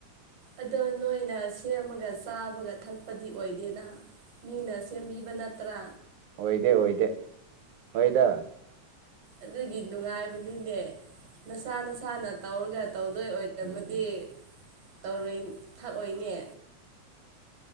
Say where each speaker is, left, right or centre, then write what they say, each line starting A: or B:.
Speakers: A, on the right; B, on the right.
A: ꯑꯗꯣ ꯅꯣꯏꯅ ꯁꯦꯝꯃꯒ ꯆꯥꯕꯒ ꯊꯛꯄꯗꯤ ꯑꯣꯏꯗꯦꯅ ꯃꯤꯅ ꯁꯦꯝꯕꯤꯕ ꯅꯠꯇ꯭ꯔꯥ
B: ꯑꯣꯏꯣꯏꯗꯦ ꯑꯣꯏꯣꯏꯗꯦ ꯍꯣꯏꯗ
A: ꯑꯗꯨꯒꯤ ꯅꯨꯡꯉꯥꯏꯕꯅꯤꯅꯦ ꯅꯁꯥ ꯅꯁꯥꯅ ꯇꯧꯔꯒ ꯇꯧꯗꯣꯏ ꯑꯣꯏꯔꯃꯗꯤ
B: ꯎꯝ
A: ꯇꯔ ꯊꯛꯑꯣꯏꯅꯦ